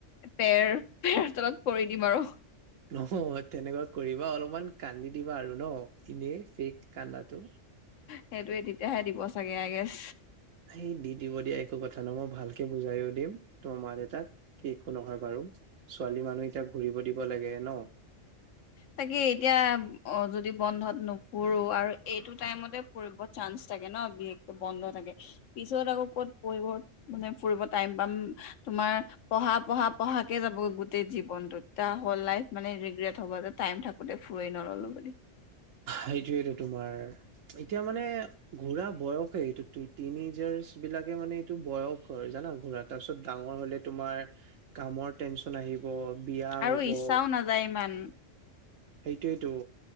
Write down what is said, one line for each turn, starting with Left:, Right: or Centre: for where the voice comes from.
Left: পেৰ পেৰত অলপ পৰি দিম আৰু।
Right: ন তেনেকুৱা কৰিবা, অলপমান কান্দি দিবা আৰু ন এনেই ফে'ক কান্দাটো।
Left: সেইটোয়ে তেতিয়াহে দিব চাগে ইয়েচ।
Right: সেই দি দিব দিয়া একো কথা ন, মই ভালকে বুজাই দিম তোমাৰ মা দেউ তাক একো নহয় বাৰু, ছোৱালী মানুহ এতিয়া ঘূৰিব দিব লাগে ন।
Left: তাকে এতিয়া অ' যদি বন্ধত নুফুৰো আৰু এইটো টাইমতে ফুৰিব চান্স থাকে ন বিশেষকে বন্ধ থাকে। পিছত আকৌ ক'ত ফুৰিব মানে ফুৰিব টাইম পাম। তোমাৰ পঢ়া, পঢ়া, পঢ়া কে যাবগৈ গোটেই জীৱনতোত, তেতিয়া হ'ল লাইফ মানে ৰিগ্ৰেট হ'ব টাইম থাকোতে ফুৰেই ন'ললো বুলি।
Right: সেইটোয়েটো তোমাৰ, এতিয়া মানে ঘূৰা বয়সে এইটো, টিনেজাৰ্চ বিলাকে মানে এইটো বয়স হয় জানা ঘূৰা। তাৰপিছত ডাঙৰ হ'লে তোমাৰ কামৰ টেন্স ন আহিব বিয়া
Left: আৰু
Right: হ'ব
Left: ইচ্ছাও নাযায় ইমান
Right: সেইটোয়েইতো।